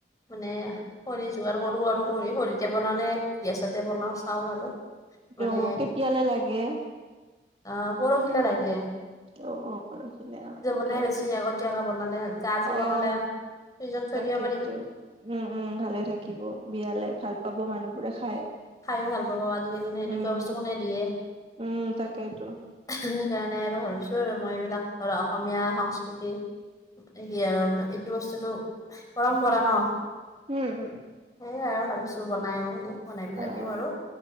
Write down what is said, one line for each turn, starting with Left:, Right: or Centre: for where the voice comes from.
Left: মানে খৰি যোগাৰ কৰোঁ আৰু খৰি খৰিতে বনাও নে, গেছতে বনাওঁ চাওঁ আৰু। মানে
Right: অ কেতিয়ালে লাগে?
Left: অ পৰহিলে লাগে।
Right: অ অ পৰহিলে ঠিক
Left: মানে বেছি আগতীয়াকে বনালে যা যি বনালে,
Right: অ
Left: ফ্ৰিজত থৈ
Right: তাকেইতো
Left: দিব পাৰিম।
Right: উম উম ভালে থাকিব বিয়ালে ভাল পাব মানুহবোৰে খাই।
Left: খাইয়ো ভাল পাব আজিকালি নো এনেকুৱা
Right: উম
Left: বস্তু কোনে দিয়ে
Right: উম তাকেইটো।
Left: সেইকাৰণে আৰু ভাৱিছো আৰু মই এইবিলাক ধৰ অসমীয়া সংস্কৃতি এই কি আৰু এইটো বস্তুটো পৰম্পৰা ন
Right: উম উম
Left: সেইয়াই আৰু ভাবিছো বনাই মানে বনাই পেলাই
Right: অ
Left: দিওঁ
Right: অ
Left: আৰু